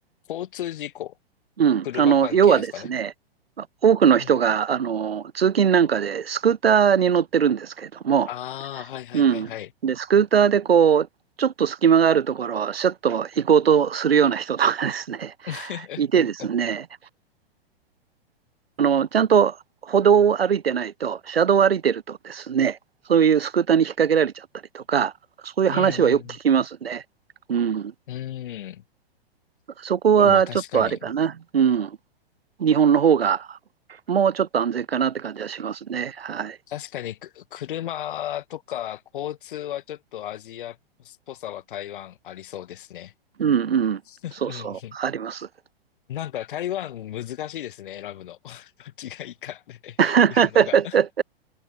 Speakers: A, on the left; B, on the right.
A: 交通事故、
B: うん、
A: 車関係ですかね。
B: あの要はですね、多くの人があの通勤なんかでスクーターに乗ってるんですけれども、
A: うん。ああ、はいはいはいはい。
B: うん、でスクーターでこうちょっと隙間があるところをシャッと行こうとするような人とかですね、
A: <laughs>
B: いてですね、あのちゃんと歩道を歩いてないと、車道を歩いてるとですね、そういうスクーターに引っ掛けられちゃったりとか、そういう話はよく聞きますね。
A: うん
B: うん、
A: うん。
B: そこはちょっとあれかな、
A: うん。まあ確かに。
B: うん、日本の方がもうちょっと安全かなって感じはしますね。はい。
A: 確かに、く車とか交通はちょっとアジアっぽさは台湾ありそうですね。
B: うんうん、
A: うんう
B: そうそう、あります。
A: ん。なんか台湾難しいですね、選ぶの。<laughs> どっちがいいかっていうのが。
B: <laughs>